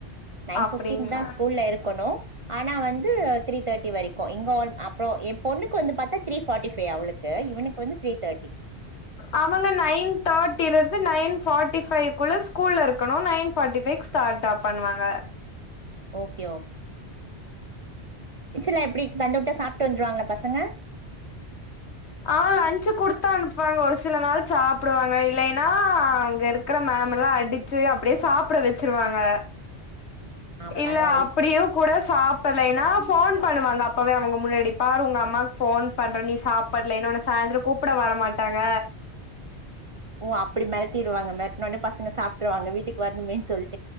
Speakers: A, on the right (about 40°); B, on the left (about 80°).
A: நைன்
B: அப்டிங்களா
A: பிஃப்டீன் தான் ஸ்கூல்ல இருக்கணு ஆனா வந்து த்ரீ தேர்ட்டி வரிக்கு இங்க அப்ரோ என் பொண்ணுக்கு வந்து பாத்தா த்ரீ ஃபாடி ஃபைவ் அவளு க்கு இவனுக்கு வந்து த்ரீ தேட்டி
B: அவங்க நைன் தேட்டில இருந்து நைன் ஃபாட்டி ஃபைவ் குள்ள ஸ்கூல்ல இருக்கணு நைன் பார்டி ஃபைவ் டாடா பண்ணுவாங்க
A: லன்ச் லா எப்டி தந்துவுட்டா சாப்ட்டு வந்துருவாங்ளா பசங்க
B: ஆ லன்சு குடுத்தனுப்புவாங்க ஒரு சில நாள் சாப்டுவாங்க இல்லேன்னா அவுங்க இரு க்கற மேம் எல்லா அடுச்சு அப்டியே சாப்ட வச்சுருவாங்க
A: ஆ
B: இல்ல
A: பரவால்ல
B: அப்புடியு
A: இப்
B: கூட சாப்பலேன்னா ஃபோன் பண்ணுவாங்க அப்பவே அவுங்க முன்னாடி பாரு ஒங்க அம்மாக்கு ஃபோன் பண்றே நீ சாப் இன்னோன்னு சாய்ந்தரோ கூப்புட வர மாட்டாங்க
A: ஓ அப்டி மெரட்டிடுவாங்க மெரட்னோனே பசங்க சாப்ட்ருவாங்க வீட்டுக்கு வரனுமேன் சொல்